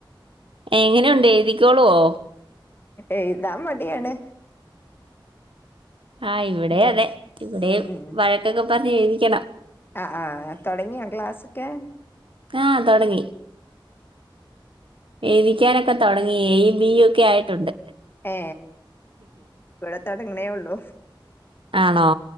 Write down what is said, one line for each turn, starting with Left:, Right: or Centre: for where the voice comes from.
Right: എങ്ങനെയുണ്ട് എഴുതിക്കോളുവോ
Left: എഴുതാൻ മടിയാണ്
Right: ആ ഇവിടേ
Left: പി
Right: അതേ ഇവിടേം
Left: ഉം ഉം
Right: വഴക്കൊക്കെ പ പറഞ് എഴുതിക്കണം
Left: ആ ആ തുടങ്യോ ക്ലാസൊക്കെ
Right: ആ തൊടങ്ങി എഴുതിക്കാനൊക്കെ തൊടങ്ങി എയും ബി ഒക്കെ ആയിട്ടുണ്ട്
Left: ഏ ഇവിടെ തുടങ്ങണേ ഉള്ളൂ
Right: ആണോ